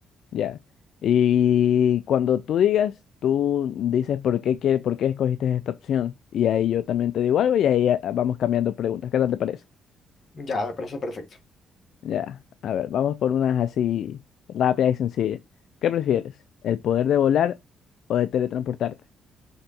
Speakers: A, on the left; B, on the left.
A: Ya. Y cuando tú digas, tú dices por qué quieres, por qué escogiste esta opción. Y ahí yo también te digo algo y ahí ah, vamos cambiando preguntas. ¿Qué tal te parece?
B: Ya, me parece perfecto.
A: Ya, a ver, vamos por unas así rápidas y sencillas. ¿Qué prefieres? ¿El poder de volar o de teletransportarte?